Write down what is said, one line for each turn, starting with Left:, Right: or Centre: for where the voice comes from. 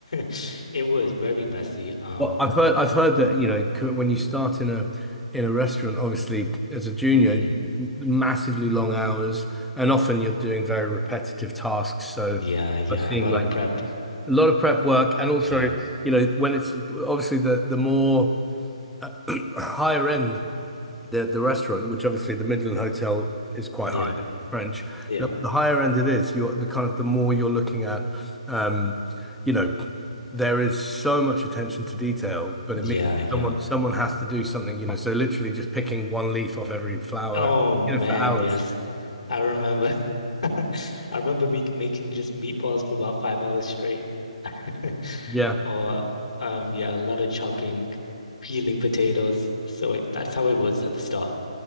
Left: <laughs> It was very messy. Um,
Centre: Well, I've heard I've heard that you know c- when you start in a in a restaurant, obviously as a junior,
Left: mm,
Centre: massively long hours, and often you're doing very repetitive tasks. So
Left: yeah, yeah,
Centre: I've seen
Left: a lot
Centre: like
Left: of prep.
Centre: a lot of prep work, and also
Left: Yeah,
Centre: you know when it's obviously the the more uh, <clears throat> higher end. the the restaurant, which obviously the Midland Hotel is quite
Left: yeah,
Centre: high end French.
Left: yeah,
Centre: The, the higher end it is, you're the kind of the more you're looking at, um, you know, there is so much attention to detail, but
Left: yeah,
Centre: it means
Left: yeah.
Centre: someone someone has to do something, you know. So literally just picking one leaf off every flower,
Left: Oh man,
Centre: you know, for hours.
Left: yes. I remember <laughs> I remember me making just meatballs for about five hours straight. <laughs>
Centre: Yeah.
Left: Or um yeah, a lot of chopping, peeling potatoes. So it, that's how it was at the start.